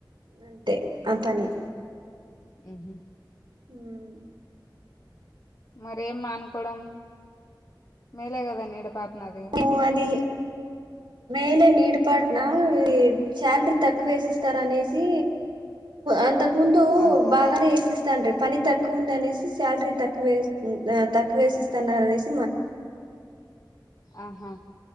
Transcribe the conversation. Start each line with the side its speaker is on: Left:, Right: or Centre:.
Right: అంటే ఆ పని.
Left: ఆహ.
Right: ఉమ్.
Left: మరేం మానుకోవడం మేలే కదా నీడపాటన అది.
Right: పో అది. మేలే నీడిపాటున ఈ శాలరీ తక్కువేసిస్తార అనేసి. అంతకు ముందు
Left: ఆహా
Right: బాగానే వేసిస్త. స్త పని తక్కువ ఉంది అనేసి శాలరీ తక్కువే తక్కువేస్తున్నారునేసి.
Left: ఆహా.